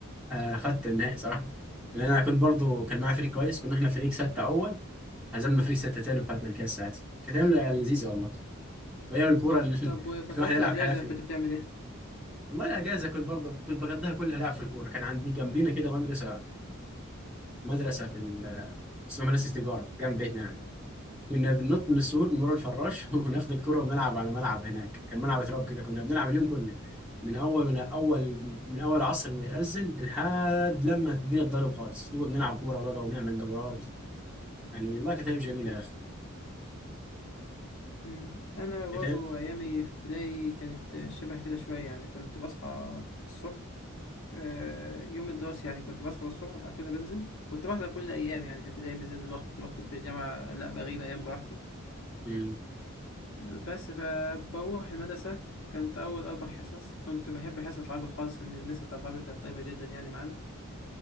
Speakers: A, in the centre; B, on the left.
A: آه، خدت النهائي صراحة لأن أنا كنت برضو كان معايا فريق كويس
B: أمم.
A: كنا إحنا فريق ستة أول هزمنا فريق ستة تاني وخدنا الكاس ساعتها كانت أيام لذيذة والله وأيام الكورة اللي
B: طب
A: <laughs>
B: وفترات
A: الواحد يلعب
B: الاجازه
A: حافي
B: كنت بتعمل ايه
A: والله الأجازة كنت برضو كنت بقضيها كلها لعب في الكورة كان عندي جنبينا كده مدرسة مدرسة في ال- اسمها مدرسة تجارة جنب بيتنا يعني كنا بننط من السور من ورا الفراش <laughs> وناخد الكرة ونلعب على ملعب هناك كان ملعب تراب كده كنا بنلعب اليوم كله من اول من اول من اول عصر ما يأذن لحد لما الدنيا تضلم خالص نقعد نلعب كورة بقى ونعمل دورات يعني والله كانت ايام جميلة يا اخي
B: امم انا برضو
A: كانت أيام-
B: ايامي في ابتدائي كانت شبه كده شويه يعني كنت بصحى الصبح آه، يوم الدراسي يعني كنت بصحى الصبح وبعد كده بنزل كنت بحضر كل الايام يعني في ابتدائي من زي دلوقتي دلوقتي في الجامعه لا بغيب ايام براحتي
A: مم.
B: بس فبروح المدرسة كانت أول أربع حصص كنت بحب حصة العربي خالص لأن المس بتاعت العربي كانت طيبة جدا يعني معانا